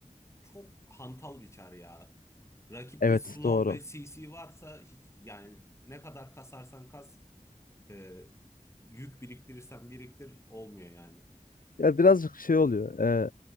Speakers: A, on the left (about 20°); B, on the left (about 75°).
A: çok hantal bir çar ya. Rakipte
B: Evet
A: slow
B: doğru.
A: ve CC varsa hiç yani ne kadar kasarsan kas e, yük biriktirirsen biriktir olmuyor yani.
B: Ya birazcık şey oluyor. E,